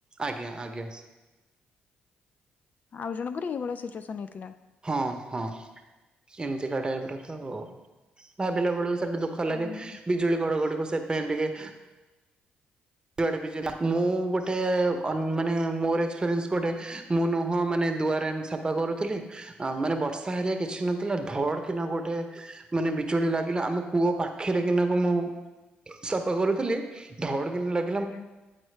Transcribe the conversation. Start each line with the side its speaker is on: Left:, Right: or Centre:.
Right: ଆଜ୍ଞା ଆଜ୍ଞା।
Left: ଆଉ ଜଣଙ୍କ ଏଇଭଳିଆ ସିଚୁଏସନ ହେଇଥିଲା।
Right: ହଁ ହଁ ଏମିତିକା ଟାଇପର। ତ ଭାବିଲା ବେଳକୁ ସେଠି ଦୁଃଖ ଲାଗେ
Left: ଅଁ,
Right: ବିଜୁଳି ଘଡ ଘଡିକୁ ସେଥିପାଇଁ ଟିକେ <inaudible> ମୁଁ ଗୋଟେ ଅନ ମାନେ ମୋର ଏକ୍ସପ୍ରିଏନ୍ସ ଗୋଟେ ମୁଁ ନୁହଁ ମାନେ ଦୁଆରେ ଏନ ସାପ ସପଫାକରୁଥିଲି ଆ ମାନେ ବର୍ଷା ହେରିକା କିଛି ନଥିଲା ଧଡ କିନା ଗୋଟେ ମାନେ ବିଜୁଳି ଲାଗିଲା ଆମ କୂଅ ପାଖରେ କିନାକୁ ମୁଁ ସଫା କରୁଥିଲି ଧଡ଼ କିନ୍ ଲାଗେ
Left: ହ